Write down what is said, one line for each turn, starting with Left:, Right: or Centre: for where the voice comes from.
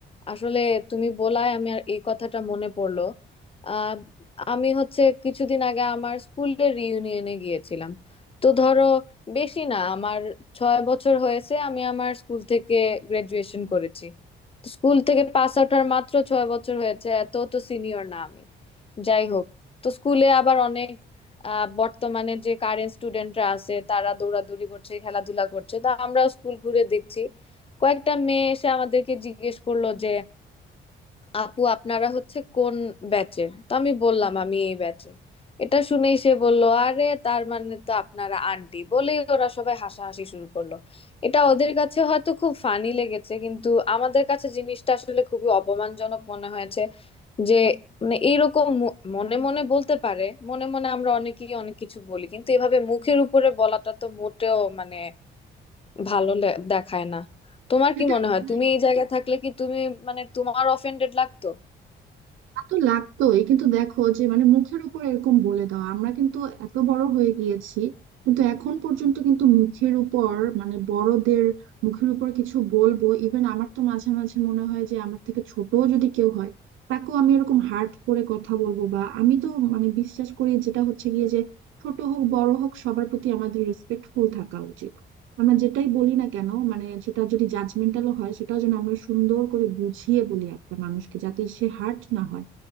Left: আসলে তুমি বলায় আমি আর এই কথাটা মনে পড়লো আহ আমি হচ্ছে কিছুদিন আগে আমার স্কুলের রিইউনিয়নে গিয়েছিলাম তো ধরো বেশি না আমার ছয় বছর হয়েছে আমি আমার স্কুল থেকে গ্রাজুয়েশন করেছি তো স্কুল থেকে পাস আউট হওয়ার মাত্র ছয় বছর হয়েছে এত তো সিনিয়র না আমি যাই হোক তো স্কুলে আবার অনেক আহ বর্তমানে যে কারেন্ট স্টুডেন্টরা আছে তারা দৌড়াদৌড়ি করছে খেলাধুলা করছে তা আমরা স্কুল ঘুরে দেখছি কয়েকটা মেয়ে এসে আমাদেরকে জিজ্ঞেস করলো যে আপু আপনারা হচ্ছে কোন ব্যাচের তো আমি বললাম আমি এই ব্যাচের এটা শুনেই সে বলল আরে তার মানে তো আপনারা আন্টি বলেই ওরা সবাই হাসাহাসি শুরু করলো এটা ওদের কাছে হয়তো খুব ফানি লেগেছে কিন্তু আমাদের কাছে জিনিসটা আসলে খুবই অপমানজনক মনে হয়েছে যে মানে এইরকম মু- মনে মনে বলতে পারে মনে মনে আমরা অনেকেই অনেক কিছু বলি কিন্তু এভাবে মুখের উপরে বলাটা তো মোটেও মানে ভালো লে- দেখায় না তোমার
Right: সেটাই
Left: কি মনে হয়
Right: মানে
Left: তুমি এই জায়গায় থাকলে কি তুমি মানে তোমার অফেন্ডেড লাগতো
Right: তা তো লাগতোই কিন্তু দেখো যে মানে মুখের উপর এরকম বলে দাও আমরা কিন্তু এত বড় হয়ে গিয়েছি কিন্তু এখন পর্যন্ত কিন্তু মুখের উপর মানে বড়দের মুখের উপর কিছু বলবো ইভেন আমার তো মাঝে মাঝে মনে হয় যে আমার থেকে ছোট যদি কেউ হয় তাকেও আমি এরকম হার্ট করে কথা বলবো বা আমি তো মানে বিশ্বাস করি যেটা হচ্ছে গিয়ে যে ছোট হোক বড় হোক সবার প্রতি আমাদের রেসপেক্টফুল থাকা উচিত আমরা যেটাই বলি না কেন মানে সেটা যদি জাজমেন্টালও হয় সেটাও যেন আমরা সুন্দর করে বুঝিয়ে বলি একটা মানুষকে যাতে সে হার্ট না হয়